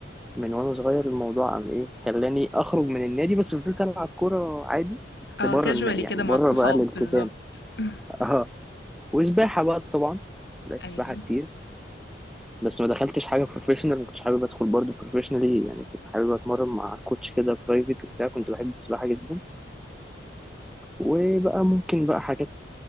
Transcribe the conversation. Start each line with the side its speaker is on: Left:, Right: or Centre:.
Centre: من وانا صغير الموضوع عم ايه خلاني اخرج من النادي بس فضلت العب كورة عادي بس
Left: اه
Centre: بره
Left: كاجوالي
Centre: الن- يعني
Left: كده
Centre: بره
Left: مع الصحاب
Centre: بقى الالتزام
Left: بالظبط <laughs>
Centre: <laughs> وسباحة بقى طبعا لعبت
Left: ايوه
Centre: سباحة كتير بس ما دخلتش حاجة بروفيشنال ما كنتش حابب ادخل برضه بروفيشنالي يعني كنت حابب اتمرن مع كوتش كده برايفت وبتاع كنت بحب السباحة جدا وبقى ممكن بقى حاجات